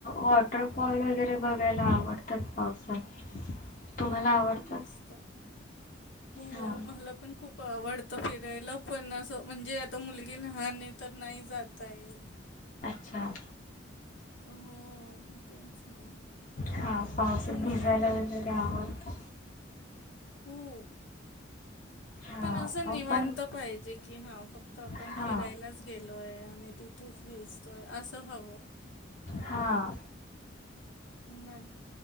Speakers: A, on the left (about 40°); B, on the left (about 70°).
A: वॉटरफॉल वगैरे बघायला आवडतात पावसात. तुम्हाला
B: अरे
A: आवडतात?
B: वा मस्त. हो
A: हा
B: मला पण खूप आवडत फिरायला पण अस म्हणजे आता मुली. े लहान तर नाही जातयेत.
A: अच्छा.
B: हो तेच ना.
A: हा पावसात
B: तुम्ही
A: भिजायला
B: काय
A: वगैरे आवडत.
B: हो.
A: हा
B: पण असं
A: अ
B: निवांत
A: पण
B: पाहिजे की हा फक्त आपण
A: हा
B: फिरायलाच गेलोय आणि तिथेच. तय असस ह.
A: हां.
B: नाही